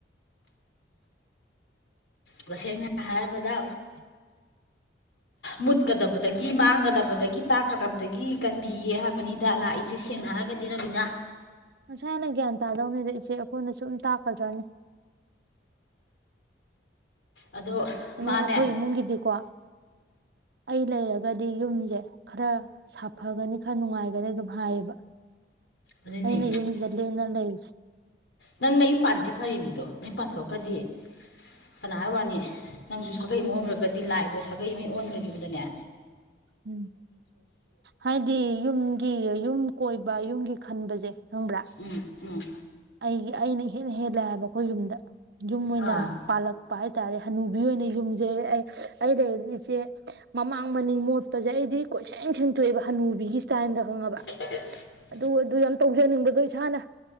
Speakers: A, on the left (about 75°); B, on the right (about 60°).
A: ꯇꯁꯦꯡꯅ ꯍꯥꯏꯔꯕꯗ
B: <unintelligible>
A: ꯃꯨꯠꯀꯗꯕꯗꯒꯤ ꯃꯥꯡꯒꯗꯕꯗꯒꯤ ꯇꯥꯛꯀꯗꯕꯗꯒꯤ ꯀꯟꯕꯤꯒꯦ ꯍꯥꯏꯕꯅꯤꯗ ꯂꯥꯛꯏꯁꯦ ꯁꯦꯡꯅ ꯍꯥꯏꯔꯒꯗꯤ ꯔꯕꯤꯅꯥ
B: ꯃꯥꯁꯥꯅ ꯒ꯭ꯌꯥꯟ ꯇꯥꯗꯧꯅꯤꯗ ꯏꯆꯦ ꯑꯩꯈꯣꯏꯅ ꯁꯨꯝ ꯇꯥꯛꯀꯗ꯭ꯔꯅꯤ
A: ꯑꯗꯣ
B: ꯑꯗꯣ
A: ꯃꯥꯅꯦ
B: ꯑꯩꯈꯣꯏ ꯏꯃꯨꯡꯒꯤꯗꯤꯀꯣ ꯑꯩ ꯂꯩꯔꯒꯗꯤ ꯌꯨꯝꯁꯦ ꯈꯔ ꯁꯥ ꯐꯒꯅꯤ ꯈꯔ ꯅꯨꯡꯉꯥꯏꯒꯅꯤ ꯑꯗꯨꯝ ꯍꯥꯏꯌꯦꯕ
A: ꯑꯗꯨꯅꯦ
B: ꯑꯩꯅ ꯌꯨꯝꯁꯤꯗ ꯂꯦꯡꯗꯅ ꯂꯩꯔꯤꯁꯦ
A: ꯅꯪ ꯅ ꯌꯨꯝ ꯄꯥꯟꯗ꯭ꯔꯤ ꯐꯔꯤꯅꯦꯗꯣ ꯅꯨꯝ ꯄꯥꯟ ꯊꯣꯛꯣꯛꯈꯗꯤ ꯐꯅ ꯋꯥꯅꯤ ꯅꯪꯁꯨ ꯁꯥꯒꯩ ꯑꯃ ꯑꯣꯟꯈ꯭ꯔꯒꯗꯤ
B: ꯎꯝ
A: ꯂꯥꯛꯑꯗꯣ ꯁꯥꯒꯩ ꯑꯃ ꯑꯣꯟꯈꯈꯤꯕꯗꯅꯦ
B: ꯎꯝ ꯍꯥꯏꯗꯤ ꯌꯨꯝꯒꯤ ꯌꯨꯝ ꯀꯣꯏꯕ ꯌꯨꯝꯒꯤ ꯈꯟꯕꯁꯦ ꯈꯪꯕ꯭ꯔꯥ
A: ꯎꯝ ꯎꯝ
B: ꯑꯩꯒꯤ ꯑꯩꯅ ꯍꯦꯟꯅ ꯍꯦꯜꯂꯑꯕ ꯑꯩꯈꯣꯏ ꯌꯨꯝꯗ ꯌꯨꯝ ꯑꯣꯏꯅ
A: ꯑꯥ
B: ꯄꯥꯜꯂꯛ ꯍꯥꯏꯇꯥꯔꯦ ꯍꯅꯨꯕꯤ ꯑꯣꯏꯅ ꯌꯨꯝꯁꯦ ꯑꯩ ꯑꯩ ꯂꯩ ꯏꯆꯦ ꯃꯃꯥꯡ ꯃꯅꯤꯡ ꯃꯣꯠ ꯐꯖꯩ ꯑꯩꯗꯤ ꯀꯣꯏꯁꯦꯡ ꯁꯦꯡꯇꯣꯛꯑꯦꯕ ꯍꯅꯨꯕꯤꯒꯤ ꯏꯁꯇꯥꯏꯜꯗ ꯈꯪꯉꯕ
A: ꯑ
B: ꯑꯗꯨ ꯑꯗꯨ ꯌꯥꯝ ꯇꯧꯖꯅꯤꯡꯕꯗꯣ ꯏꯁꯥꯅ